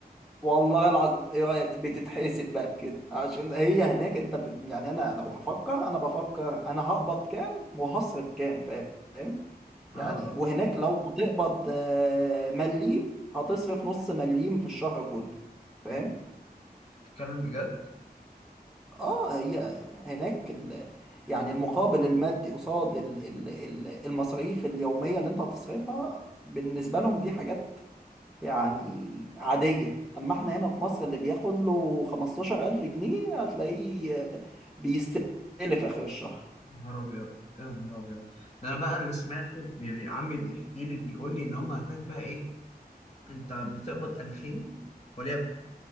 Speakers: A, in the centre; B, on the left (about 40°).
A: والله العظيم ايه رايك بتتحسب بقى بكده عشان هي هناك انت ب... يعني انا لو هفكر انا بفكر انا هقبض كام وهصرف كام فاهم
B: اه
A: يعني
B: آه،
A: وهناك لو هتقبض آه، مليم هتصرف نص مليم في الشهر كله فاهم
B: انت بتتكلم بجد
A: اه هي هناك ال... يعني المقابل المادي قصاد ال... ال... ال- المصاريف اليومية اللي انت هتصرفها بالنسبة لهم دي حاجات يعني عادية اما احنا هنا في مصر اللي بياخد له 15000 جنيه هتلاقيه بيستلف اخر الشهر
B: يا نهار ابيض يا نهار ابيض ده انا بقى انا اللي سمعته يعني عمي بيحكي لي بيقول لي ان هما هناك بقى ايه انت بتقبض 2000 وليكن